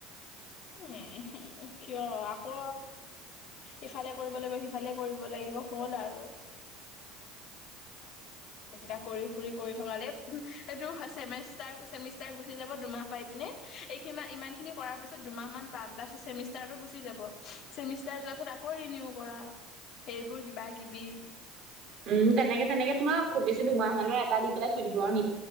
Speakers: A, on the left (about 55°); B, on the right (about 55°).
A: উম হো। কিয় আকৌ ইফালে কৰিব লাগিব সিফালে কৰিব লাগিব হ'ল আৰু
B: <inaudible>
A: এইকেইটা কৰি ফুৰি কৰি থকালে এইটো চেমিষ্টাৰ চেমিষ্টাৰ গুচি যাব দুমাহ পাই পিনে। নে এই কিমান ইমান খিনি কৰাৰ পিছত দুমাহ মান পাম তাৰ পিছত চেমিষ্টাৰটো গুচি যাব চেমিষ্টাৰ যোৱা তাৰপিছত আকৌ ৰিনিউ কৰা এইবোৰ কিবা কিবি।
B: উম তেনেকে তেনেকে তোমাৰ খুব বেছি দুমাহ মানৰ এটা দি পেলাই থৈ দিব আৰু নি